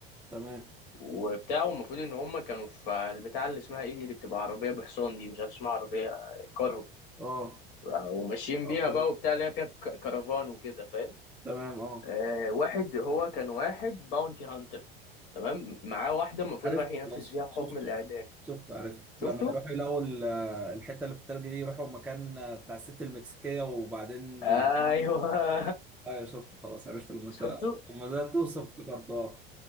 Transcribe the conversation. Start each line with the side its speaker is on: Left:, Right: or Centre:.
Centre: تمام
Left: وبتاع والمفروض ان هم كانوا في البتاع اللي اسمها ايه دي اللي بتبقى عربية بحصان دي مش عارف اسمها عربية آه، كارو
Centre: اه
Left: آه، وماشيين
Centre: او
Left: بيها
Centre: كاريت
Left: بقى وبتاع اللي هي فيها ك- كرفان وكده فاهم
Centre: تمام اه
Left: آه واحد هو كان واحد باونتي هانتر تمام معاه واحدة المفروض
Centre: عرفت
Left: رايح ينفذ
Centre: خلاص
Left: فيها
Centre: شفت
Left: حكم الإعدام
Centre: شفت شفت عرفت لما
Left: شفته؟
Centre: يروح يلاقوا ال- الحته اللي في التلج دي يروحوا مكان بتاع الست المكسيكيه وبعدين
Left: أيوه <laughs>
Centre: ايوه شفت خلاص عرفت لما انت
Left: شفته؟
Centre: لما بدات توصف افتكرت اه